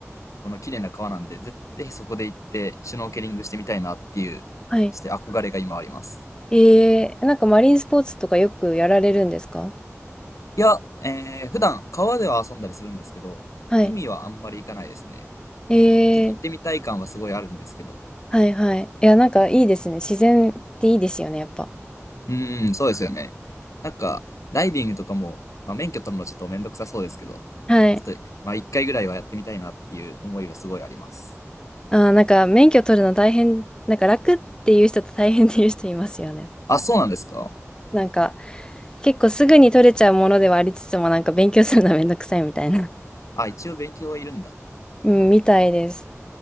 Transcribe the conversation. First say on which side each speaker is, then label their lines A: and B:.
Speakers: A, on the left; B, on the left.
A: この綺麗な川なんで、ぜぜひそこで行って、シュノーケリングしてみたいなっていう、
B: はい。
A: ちょっと憧れが今あります。
B: ええ、なんかマリンスポーツとかよくやられるんですか
A: いや、えー、普段川では遊んだりするんですけど、
B: はい。
A: 海はあんまり行かないですね。
B: え
A: ちょっと行ってみたい感はすごいあるんですけど。
B: え、はい、はい。いや、なんかいいですね。自然っていいですよね、やっぱ。
A: うーん、そうですよね。なんか、ダイビングとかも、まあ、免許取るのちょっとめんどくさそうですけど、
B: はい。
A: ちょっと、まあ、一回ぐらいはやってみたいなっていう思いはすごいあります。
B: あー、なんか免許取るの大変、なんか楽っていう人と大変っていう人いますよね。
A: あ、そうなんですか
B: なんか、結構すぐに取れちゃうものではありつつも、なんか勉強するのはめんどくさいみたいな。
A: あ、一応勉強はいるんだ。
B: <laughs> うん、みたいです。